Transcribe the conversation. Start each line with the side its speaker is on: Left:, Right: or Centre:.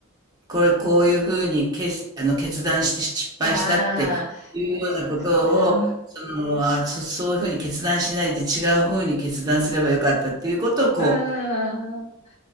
Right: これ、こういうふうにけあの、決断して失敗したっていうようなことを、
Left: ああ、そうですよね。
Right: その、あ、そそういうふうに決断しないで違うふうに決断すればよかったっていうことをこう
Left: うん。